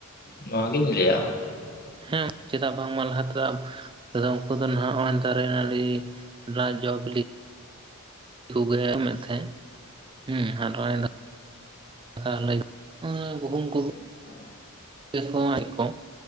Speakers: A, on the left; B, on the right.
A: ᱱᱚᱣᱟᱜᱤᱧ ᱞᱟᱹᱭᱟ,
B: ᱦᱮᱸ ᱪᱮᱫᱟᱜ ᱵᱟᱝ ᱢᱟ ᱞᱟᱦᱟ ᱛᱮᱫᱚ, ᱟᱫᱚ ᱩᱱᱠᱩ ᱫᱚ ᱱᱟᱦᱜᱼᱚᱭ ᱫᱟᱨᱮ ᱱᱟᱹᱲᱤ ᱱᱟᱜ ᱡᱚ ᱵᱤᱞᱤ, ᱛᱷᱩᱜᱮ ᱮᱢᱮᱫ ᱛᱟᱸᱦᱮᱫ ᱦᱩᱸ ᱦᱟᱨᱟ ᱭᱮᱱᱟ, ᱛᱟᱦᱞᱮ ᱚᱱᱟ ᱜᱩᱦᱩᱢ ᱠᱚᱜᱮ
A: <unintelligible>
B: ᱠᱚ ᱦᱮᱸᱠᱚ